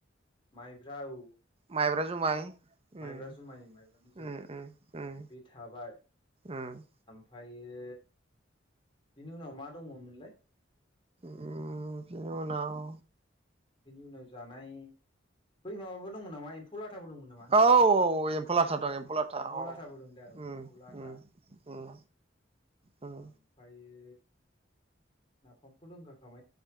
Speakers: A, on the left; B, on the right.
A: माइब्रा औ
B: माइब्रा जुमाय उम
A: माइब्रा जुमाय माइब्रानि जौ
B: उम उम उम।
A: बे थाबाय
B: उम
A: ओमफ्रायो बिनि उनाव मा दङमोनलाय
B: उम बिनि उनाव।
A: बेनि उनाव जानाय बै माबाबो दंमोन नामा एम्फौ लाथाबो दंमोन नामा
B: औ एम्फौ लाथा
A: अ
B: दं लाथा
A: एम्फौ
B: औ
A: लाथाबो
B: उम
A: दं दां। बुलाथ
B: उम उम उम
A: ओमफ्रायो नाफामखौ दंगारखामोन